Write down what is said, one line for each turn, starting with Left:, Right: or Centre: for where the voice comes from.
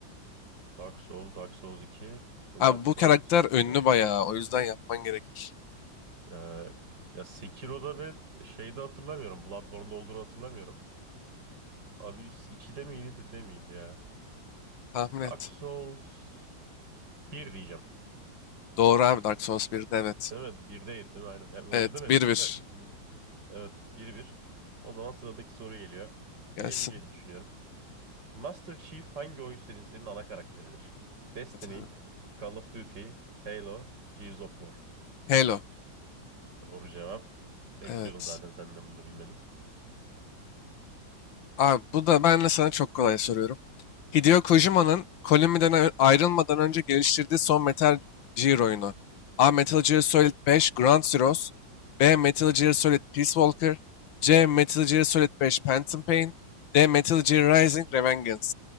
Right: Dark Souls, Dark Souls 2, Bloodborne,
Left: Abi bu karakter
Right: Sekiro.
Left: ünlü bayağı. O yüzden yapman gerekir.
Right: Ee, ya Sekiro'da ve şeyde hatırlamıyorum. Bloodborne'da olduğunu hatırlamıyorum. Abyss 2'de miydi, 1'de miydi ya?
Left: Tahmin
Right: Dark
Left: et.
Right: Souls bir diyeceğim.
Left: Doğru abi Dark Souls 1'de evet.
Right: Değil mi? 1'deydi değil mi? Aynen. Ya, oynadım
Left: Evet
Right: hepsini
Left: bir bir
Right: de. Şimdi... bunu- <laughs> Evet, 1 bir. O zaman sıradaki soru geliyor.
Left: Gelsin.
Right: Bilebileceğini düşünüyorum. Master Chief hangi oyun serisinin ana karakteridir? Destiny,
Left: Evet abi.
Right: Call of Duty, Halo, Gears of War.
Left: Halo.
Right: Doğru cevap. Bekliyordum
Left: Evet.
Right: zaten senden bunu bilmeni.
Left: Abi bu da ben de sana çok kolay soruyorum. Hideo Kojima'nın Konami'den ö- ayrılmadan önce geliştirdiği son Metal Gear oyunu. A. Metal Gear Solid 5 Ground Zeroes B. Metal Gear Solid Peace Walker C. Metal Gear Solid 5 Phantom Pain D. Metal Gear Rising Revengeance.